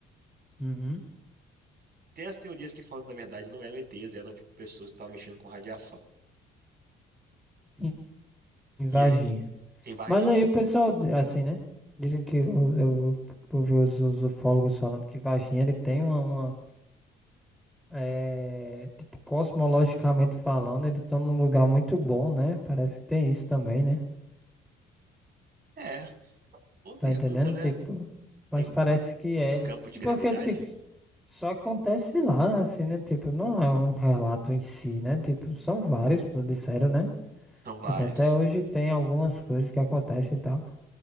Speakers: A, in the centre; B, on the right.
A: Uhum.
B: Tem as teorias que falam que, na verdade, não eram ETs, eram tipo, pessoas que estavam mexendo com radiação.
A: Em em Varginha.
B: E aí, em Varginha.
A: Mas aí o pessoal, assim, né? Dizem que eu, eu, eu vi os, os ufólogos falando que Varginha ele tem uma, uma, eh, tipo, cosmologicamente falando, ele tá num lugar muito bom, né? Parece que tem isso também, né?
B: É, boa
A: Tá
B: pergunta,
A: entendendo?
B: né?
A: Tipo, mas
B: Tem um
A: parece que é.
B: um
A: ele-
B: campo de gravidade?
A: Porque, tipo, só acontece lá, né? Assim, né? Tipo, não é um relato em si, né? Tipo, são vários, pô, disseram, né?
B: São vários.
A: Tipo, até hoje tem algumas coisas que acontecem e tal.